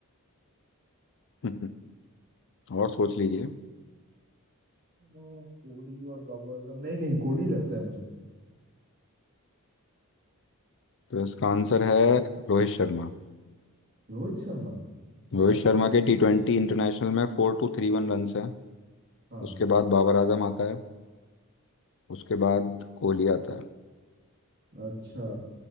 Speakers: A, on the left; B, on the right.
A: <laughs> और सोच लीजिए
B: अ, कोहली और बाबर आजम नहीं नहीं कोहली लगता है मुझे
A: तो इसका आंसर है रोहित शर्मा
B: रोहित शर्मा
A: रोहित
B: हाँ
A: शर्मा के टी ट्वेंटी इंटरनेशनल में four two three one run है
B: हाँ
A: उसके बाद बाबर आजम आता है उसके बाद कोहली आता है
B: अच्छा